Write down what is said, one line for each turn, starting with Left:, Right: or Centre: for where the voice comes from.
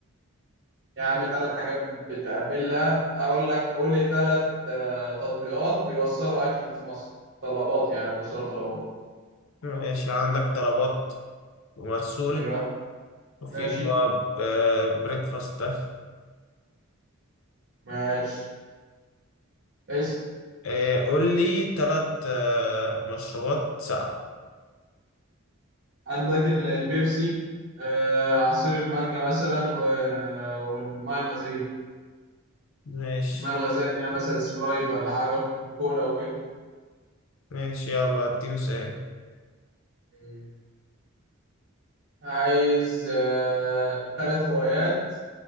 Right: يا عم ثلاث حاجات بتعملها أقول لك قول لي ثلاث تطبيقات بيوصلوا أكل في مصر طلبات يعني بيوصلوا طلبات
Left: ماشي عندك طلبات ومرسول
Right: أيوه
Left: وفي
Right: ماشي
Left: اللي هو بريكفاست ده
Right: ماشي اسأل.
Left: آه، قول لي تلات آه، مشروبات ساقعة
Right: عندك ال- البيبسي آه، عصير المانجا مثلا و- والمية الغازية
Left: ماشي
Right: المية الغازية اللي هي مثلا سبرايت ولا حاجة كوكا كولا وكده
Left: ماشي يلا اديني سؤال
Right: مم. عايز آه، تلات هوايات